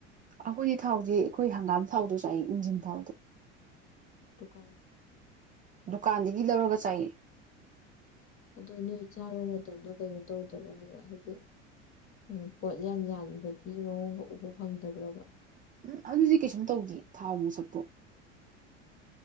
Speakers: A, on the right (about 25°); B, on the left (about 35°).
A: ꯑꯈꯣꯏꯒꯤ ꯊꯥꯎꯖꯤ ꯑꯩꯈꯣꯏ ꯍꯪꯒꯥꯝ ꯊꯥꯎꯗꯣ ꯆꯥꯏꯌꯦ ꯏꯟꯖꯤꯟ ꯊꯥꯎꯗꯣ
B: ꯇꯨꯀꯥꯟ
A: ꯗꯨꯀꯥꯟꯗꯒꯤ ꯂꯧꯔꯒ ꯆꯥꯏꯌꯦ
B: ꯑꯗꯣ ꯅꯣꯏ ꯆꯥꯕ ꯃꯇꯝꯗ ꯀꯩꯅꯣ ꯇꯧꯗꯕ꯭ꯔꯥ ꯍꯥꯏꯕ ꯍꯥꯏꯗꯤ ꯎ ꯄꯣꯠ ꯌꯥꯟ ꯌꯥꯟꯕꯒꯤ ꯃꯑꯣꯡꯗ ꯎꯕ ꯐꯪꯗꯕ꯭ꯔꯕ
A: ꯎꯝ ꯑꯗꯨꯗꯤ ꯀꯩꯁꯨꯝ ꯇꯧꯗꯦ ꯊꯥꯎ ꯃꯁꯛꯇꯣ